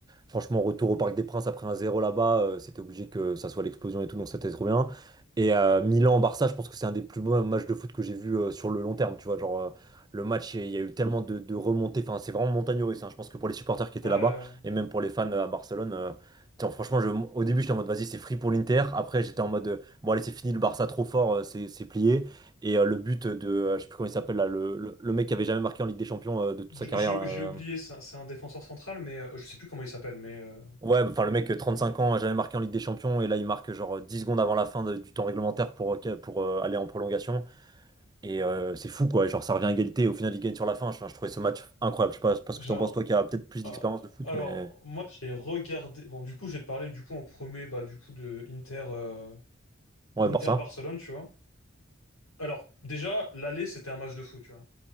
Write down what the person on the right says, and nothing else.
Franchement, retour au Parc des Princes après un zéro là-bas, euh, c'était obligé que ça soit l'explosion et tout, donc c'était trop bien. Et euh, Milan-Barça, je pense que c'est un des plus beaux matchs de foot que j'ai vu euh, sur le long terme, tu vois. Genre, euh, le match, il y a eu tellement de, de remontées, enfin, c'est vraiment montagne russe, hein. Je pense que pour les supporters qui étaient
là-bas et même pour les fans euh, à Barcelone, euh, tiens, franchement, je- au début, j'étais en mode, vas-y, c'est free pour l'Inter. Après, j'étais en mode, euh, bon, allez, c'est fini, le Barça trop fort, euh, c'est c'est plié. Et euh, le but de, euh, je sais plus comment il s'appelle là, le, le- le mec qui avait jamais marqué en Ligue des Champions euh, de toute
sa carrière
là.
euh,
Ouais, enfin le mec, 35 ans, a jamais marqué en Ligue des Champions, et là il marque genre 10 secondes avant la fin de- du temps réglementaire pour, euh, pour euh, aller en prolongation. Et euh, c'est fou quoi, genre ça revient à égalité, et au final il gagne sur la fin. Enfin, je trouvais ce match incroyable. Je sais pas, parce
que t'en penses toi qui a peut-être plus d'expérience
de foot,
mais
ouais,
par ça.